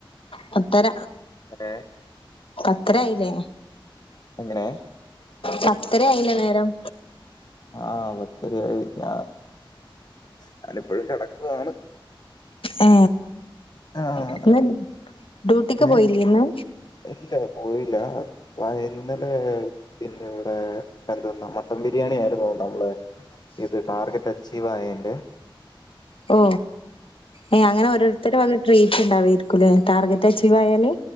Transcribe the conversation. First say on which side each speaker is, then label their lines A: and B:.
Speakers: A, on the left; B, on the left.
A: പത്തര
B: ഏഹ്?
A: പത്തര ആയില്ലേ.
B: എങ്ങനെ
A: പത്തര ആയില്ല നേരം
B: ആഹ് പത്തരയായി ഞ ഞാനിപ്പോഴും കിടക്കുവാണ്
A: ഏ
B: ആഹ്.
A: ഇന്ന് ഡ്യൂട്ടിക്ക്
B: ഏ?
A: പോയില്ലന്ന്?
B: ഇല്ല പോയിലാ വ ഇന്നലെ പിന്നെ ഇവിടെ എന്തെന്നാ മട്ടൻ ബിരിയാണിയിരുന്നു നമ്മള് ഇത് ടാർഗറ്റ് അച്ചീവ് ആയെന്റെ
A: ഓ ഏയ് അങ്ങനെ ഓരോരുത്തരും വക ട്രീറ്റ്‌ റ്റ് ഉണ്ടാവയിരിക്കൂലേ ടാർഗറ്റ് അച്ചീവ് ആയാല്